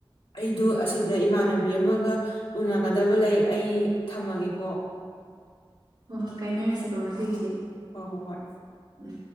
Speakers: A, on the left; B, on the right.
A: ꯑꯩꯗꯨ ꯑꯁꯤꯗ ꯏꯃꯥꯟꯅꯕꯤ ꯑꯃꯒ ꯎꯅꯒꯗꯕ ꯂꯩ ꯑꯩ ꯊꯝꯃꯒꯦꯀꯣ
B: ꯍꯣꯏ ꯍꯣꯏ ꯀꯥꯏꯅꯔꯁꯤꯀꯣ ꯉꯁꯤꯒꯤꯗꯤ
A: ꯍꯣꯏ ꯍꯣꯏ ꯍꯣꯏ
B: ꯎꯝ